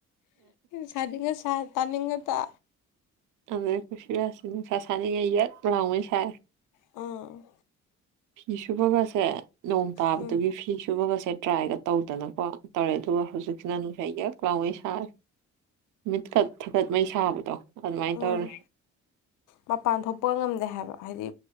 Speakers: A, on the left; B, on the right.
A: ꯊꯅꯤꯡꯉꯊ ꯇꯥꯅꯤꯡꯉꯇ
B: ꯑꯗꯨ ꯈꯁꯤꯁ ꯅꯨꯅꯨꯡꯁꯥ ꯁꯅꯒꯤ ꯏ ꯂꯥꯎꯑꯣ ꯁꯥꯏꯦ
A: ꯎꯝ
B: ꯐꯤ ꯁꯨꯕꯒꯁꯦ ꯅꯣꯡ ꯇꯥꯕꯗꯨꯒꯤ
A: ꯎꯝ
B: ꯐꯤ ꯁꯨꯕꯒꯁꯦ ꯇ꯭ꯔꯥꯏꯒ ꯇꯧꯗꯅꯀꯣ ꯇꯧꯔꯦ ꯑꯗꯨꯒ ꯍꯧꯖꯤꯛ ꯅꯥꯅ ꯁ ꯀꯂꯋꯦ ꯁꯥ ꯃꯤꯠꯀꯠ ꯊꯀꯠ ꯃꯩ ꯁꯥꯕꯗꯣ ꯑꯗꯨꯃꯥꯏꯅ
A: ꯎꯝ
B: ꯇꯧꯔꯦ
A: ꯃꯄꯥꯟ ꯊꯣꯛꯄ ꯉꯝꯗꯦ ꯍꯥꯏꯕ ꯍꯥꯏꯗꯤ